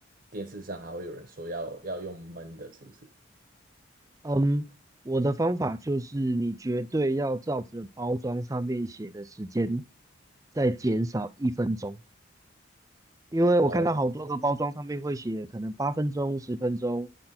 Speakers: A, on the right (about 45°); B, on the right (about 15°).
A: 电视上还会有人说要要用焖的，是不是？
B: 嗯，我的方法就是你绝对要照着包装上面写的时间，再减少一分钟。因为我看到好多个包装上面会写可能八分钟、
A: 哦
B: 十分钟，